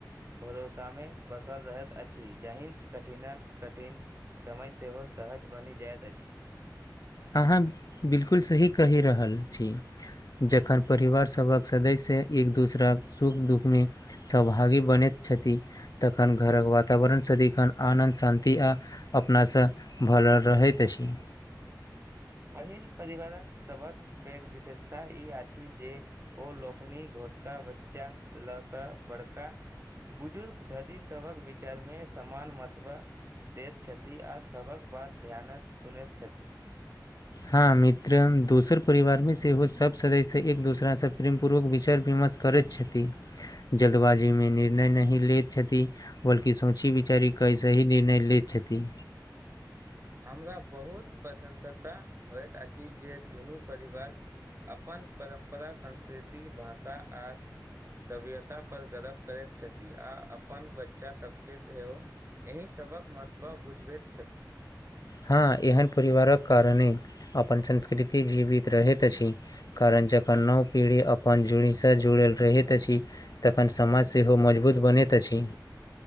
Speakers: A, on the right; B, on the left.
A: भरोसामे बसल रहैत अछी जाहीन्स कठीनस कठीन- समय सेहो सहज बनी जाइत अछी।
B: आहाँ बिल्कुल सही कही रहल छी। जखन परिवार सबक सदस्य एक दोसराके सुख दुखमे- सौभागी बनैत छथी तखन घरक वातावरण सदीखन आनन्द शान्ति आ- अपनासँ भरल रहैत अछी।
A: पहिल परिवारक सबस पेघ विशेषता ई आछी जे- ओ लोकनी घोटका बच्चान सऽ लऽ के बड़का- बुजुर्ग धती सबक विचारमे समान मतबा- देत छथी आ सबक बात ध्यानऽ सुनैत छथी।
B: हँ मित्रम दोसर परिवार में सेहो सब सदस्य एक दोसरास से प्रेम पूर्वक विचार विमर्श- करैत छथी जल्दबाजीमे निर्णय नही लेत छथी। बल्कि सोची बिचारीक सही निर्णय लैत छथी।
A: हमरा बहुत प्रसंसता होइत अछी जे दुनू परिवार- अपन परम्परा संस्कृति भाषा आ स- सभ्यता पर गरब करैत छथी आ अपन बच्चा सबके सेहो। एहि सबक महत्वा बुझबैत छथी।
B: हँ एहन परिवारक कारणे अपन संस्कृति जीवित रहैत अछि। कारण जखन नव पीढ़ी अपन जड़ीसँ जुड़ल रहैत अछि। तखन समाज सेहो मजबूत बनैत अछि।